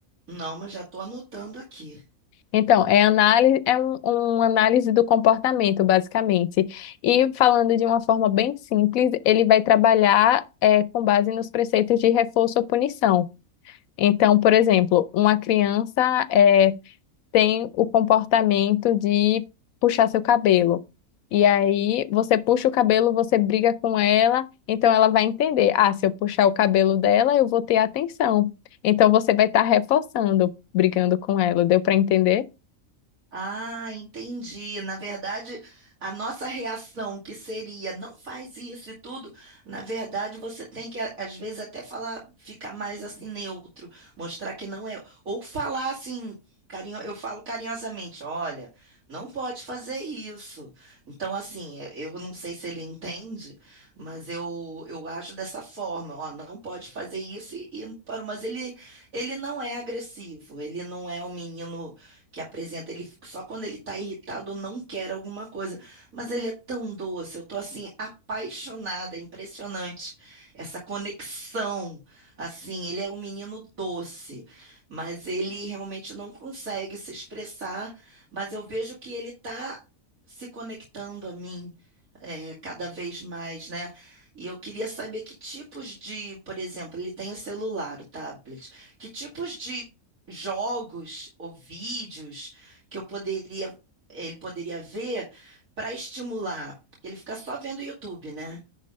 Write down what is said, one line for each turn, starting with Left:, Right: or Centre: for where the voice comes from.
Right: Não, mas já estou anotando aqui.
Left: Então, é análise, é um, um análise do comportamento, basicamente. E falando de uma forma bem simples, ele vai trabalhar é, com base nos preceitos de reforço ou punição. Então, por exemplo, uma criança é, tem o comportamento de puxar seu cabelo. E aí, você puxa o cabelo, você briga com ela, então ela vai entender: ah, se eu puxar o cabelo dela, eu vou ter atenção. Então, você vai estar reforçando, brigando com ela. Deu para entender?
Right: Ah, entendi. Na verdade, a nossa reação que seria não faz isso e tudo, na verdade você tem que a- às vezes até falar, ficar mais assim neutro, mostrar que não é, ou falar assim, carinho, eu falo carinhosamente, olha, não pode fazer isso. Então assim, é- eu não sei se ele entende, mas eu eu acho dessa forma, ó, não pode fazer isso e, e parou, mas ele ele não é agressivo, ele não é um menino que apresenta. Ele só quando ele está irritado ou não quer alguma coisa. Mas ele é tão doce, eu tô assim apaixonada, é impressionante essa conexão. Assim, ele é um menino doce, mas ele realmente não consegue se expressar, mas eu vejo que ele está se conectando a mim. é, cada vez mais, né? E eu queria saber que tipos de, por exemplo, ele tem o celular, o tablet, que tipos de jogos ou vídeos que eu poderia, ele poderia ver para estimular, porque ele fica só vendo o YouTube, né?